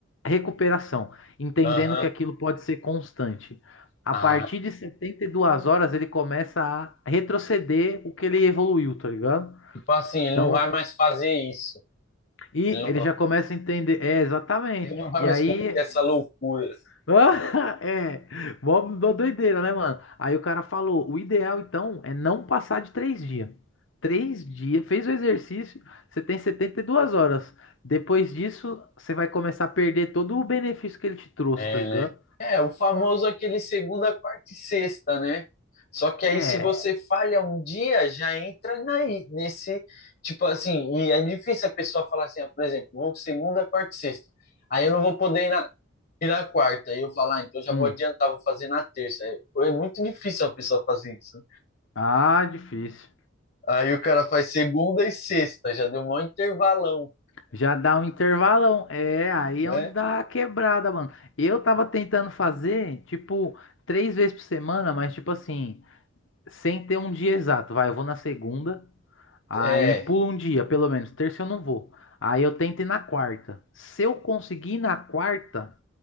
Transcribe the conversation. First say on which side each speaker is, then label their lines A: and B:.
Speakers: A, on the left (about 75°); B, on the left (about 50°).
A: recuperação, entendendo
B: Aham.
A: que aquilo pode ser constante. A
B: Ah,
A: partir de 72 horas ele começa a retroceder o que ele evoluiu, tá ligado?
B: tipo assim, ele
A: Então,
B: não vai mais fazer isso.
A: e
B: Ele não
A: ele já começa a entender. É, exatamente.
B: Ele não vai
A: E
B: mais
A: aí.
B: cometer essa loucura.
A: <laughs> é, mó mó doideira, né, mano? Aí o cara falou: o ideal então é não passar de três dias. Três dias, fez o exercício, você tem 72 horas. Depois disso, você vai começar a perder todo o benefício que ele te trouxe,
B: É,
A: tá ligado?
B: né? É, o famoso aquele segunda, quarta e sexta, né? Só que aí,
A: É.
B: se você falha um dia, já entra na, nesse. Tipo assim, e é difícil a pessoa falar assim, ah, por exemplo, vou segunda, quarta e sexta. Aí eu não vou poder ir na, ir na quarta. E eu falar, ah, então já
A: Hum.
B: vou adiantar, vou fazer na terça. É é muito difícil a pessoa fazer isso.
A: Ah, difícil.
B: Aí o cara faz segunda e sexta, já deu um maior intervalão,
A: Já dá um intervalão. É, aí
B: né?
A: é onde dá a quebrada, mano. Eu tava tentando fazer, tipo, três vezes por semana, mas, tipo assim, sem ter um dia exato. Vai, eu vou na segunda, aí
B: É,
A: pulo um dia, pelo menos. Terça eu não vou. Aí eu tento ir na quarta. Se eu conseguir ir na quarta,